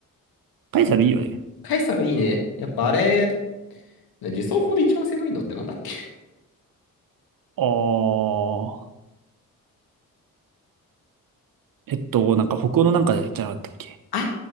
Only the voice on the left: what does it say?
カエサルいいね。やっぱあれ、ね自走砲で一番性能いいのってなんだっけ
あ